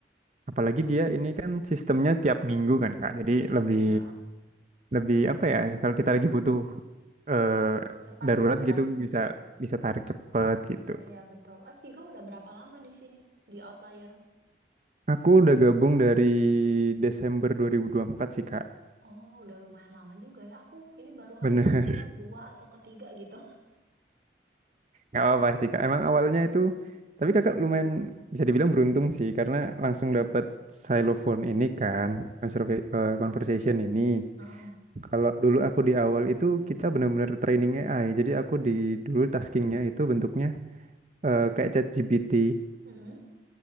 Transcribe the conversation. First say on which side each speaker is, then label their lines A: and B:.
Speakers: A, on the right (about 40°); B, on the right (about 60°).
A: apalagi dia ini kan sistemnya tiap minggu kan Kak jadi lebih
B: Iya,
A: lebih apa ya kalau kita lagi butuh eh,
B: uang cepat
A: darurat
B: gitu ya.
A: gitu bisa bisa tarik cepet gitu
B: Iya, iya, betul. Eh, Vigo udah berapa lama di sini? Di Outlier?
A: aku udah gabung dari Desember 2024 sih Kak
B: Oh, udah lumayan lama juga ya. Aku ini baru
A: bener
B: hari kedua atau ketiga gitu.
A: Gak apa-apa sih kak. Emang awalnya itu, tapi kakak lumayan bisa dibilang beruntung sih karena langsung dapat xylophone ini kan, conserva- eh, conversation ini.
B: <laughs> Heeh.
A: Kalau dulu aku di awal itu kita benar-benar training AI. Jadi aku di dulu taskingnya itu bentuknya eh, kayak ChatGPT.
B: Mm-mm,